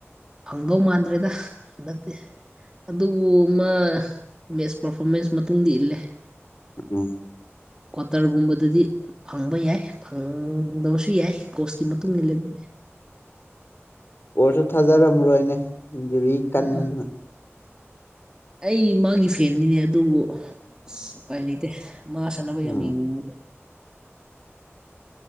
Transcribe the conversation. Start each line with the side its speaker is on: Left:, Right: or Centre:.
Right: ꯐꯪꯗꯧ ꯃꯥꯟꯗ꯭ꯔꯦꯗ ꯍꯟꯗꯛꯇꯤ ꯑꯗꯨꯕꯨ ꯃꯥ ꯃꯦꯠꯁ ꯄꯔꯐꯣꯔꯃꯦꯟꯁ ꯃꯇꯨꯡꯗꯤ ꯏꯜꯂꯦ
Left: ꯎꯝ
Right: ꯀ꯭ꯋꯥꯇꯔꯒꯨꯝꯕꯗꯗꯤ ꯐꯪꯕ ꯌꯥꯏ ꯐꯪꯗꯕꯁꯨ ꯌꯥꯏ ꯀꯣꯁꯀꯤ ꯃꯇꯨꯡ ꯏꯜꯂꯦ ꯑꯗꯨꯗꯤ
Left: ꯀꯦꯔꯁꯁꯨ ꯊꯥꯖꯔꯝꯃꯔꯣꯏꯅꯦ ꯏꯟꯖꯨꯔꯤ ꯀꯟꯕꯅꯤꯅ
Right: ꯎꯝ ꯑꯩ ꯃꯥꯒꯤ ꯐꯦꯟꯅꯤꯅꯦ ꯑꯗꯨꯕꯨ ꯑꯁ ꯎꯄꯥꯏ ꯂꯩꯇꯦ ꯃꯥ ꯁꯥꯟꯅꯕ
Left: ꯎꯝ
Right: ꯌꯥꯝ ꯌꯦꯡꯅꯤꯡꯕꯗꯤ